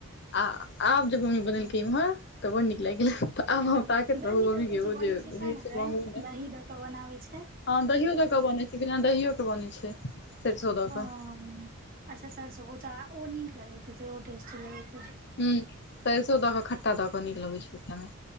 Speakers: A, on the left (about 50°); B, on the right (about 40°).
A: आ आब जे मम्मी बनेलकै इम्हर तऽ बड् नीक लाइग। तऽ
B: जकाँ
A: आब अहाँ ताकैत
B: दही
A: रहूँ, मम्मी
B: दऽ कऽ
A: के ओ
B: बनै
A: जे
B: छै सएह
A: रहै
B: ने
A: से
B: गै
A: मंगबै नइ।
B: दही दऽ कऽ बनाबै छै
A: दहियो दऽ कऽ बनै छै, बिना दहियो के बनै छै, सरिसों दऽ
B: ओ
A: कऽ।
B: अच्छा सरसों, ओ तऽ ओ नीक लगे हेेते, ओ टेस्टी लगेे।
A: हूं, सरिसों दऽ क खट्टा दऽ कऽ नीक लगै छै ओ खाय में।